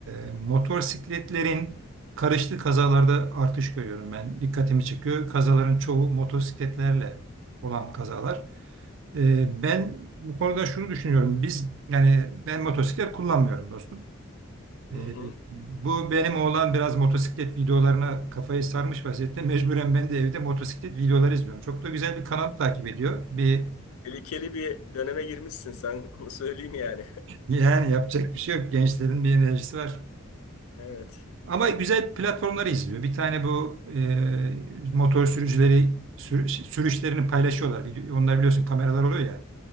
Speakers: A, on the right; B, on the left.
A: e, motosikletlerin karıştığı kazalarda artış görüyorum ben. Dikkatimi çekiyor. Kazaların çoğu motosikletlerle olan kazalar. E, ben bu konuda şunu düşünüyorum. Biz yani ben motosiklet kullanmıyorum dostum. E,
B: Hı hı.
A: bu benim oğlan biraz motosiklet videolarına kafayı sarmış vaziyette. Mecburen ben de evde motosiklet videoları izliyorum. Çok da güzel bir kanal takip ediyor. Bir
B: Tehlikeli bir döneme girmişsin sen. <laughs> Onu söyleyeyim yani.
A: Yani yapacak bir şey yok. Gençlerin bir enerjisi var.
B: <laughs> Evet.
A: Ama güzel platformları izliyor. Bir tane bu e, motor sürücüleri sür- sürüşlerini paylaşıyorlar. Video- Onlar biliyorsun kameralar oluyor ya.